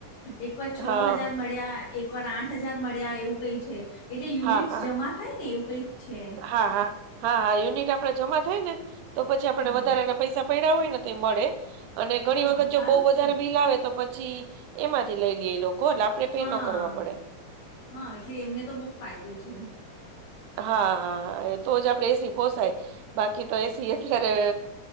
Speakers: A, on the left (about 65°); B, on the right (about 80°).
A: એક વાર
B: હા,
A: છ હજાર મળ્યા એક એક વાર આઠ હજાર મળ્યા એવું કઈ છે એટલે યુનિટ્સ
B: હા, હા,
A: જમા થાય ને એવું કઈ છે.
B: હા હા હા હા યુનિટ આપણેે જમા થાય ને તો પછી આપણે
A: હા
B: વધારે ના પૈસા પડ્યા હોય ને. એ મળે અને ઘણી
A: હા
B: વખત
A: સારું
B: જો બો
A: જ
B: વધારે
A: છે
B: બિલ આવે તો પછી એમાંથી લઈ લે એ લોકો. એટલે આપણે પે
A: હા
B: ન કરવા પડે.
A: હા એટલે એમને તો બો ફાયદો છે.
B: હા હા હા તો જ આપણેે એસી પોસાઈ. બાકી તો એસી અત્યારે